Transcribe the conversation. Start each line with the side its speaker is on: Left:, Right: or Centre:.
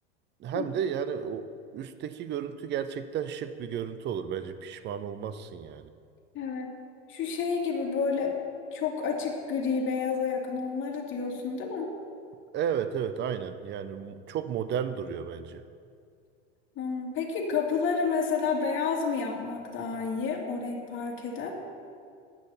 Right: hem
Left: hı.
Right: de yani o üstteki görüntü gerçekten şık bir görüntü olur. Bence pişman olmazsın yani.
Left: Evet. Şu şey gibi böyle çok açık gri beyaza yakın onları diyorsun değil mi?
Right: Evet evet aynen. Yani m- çok modern duruyor bence.
Left: Hmm, peki kapıları mesela beyaz mı yapmak daha iyi o renk parkede?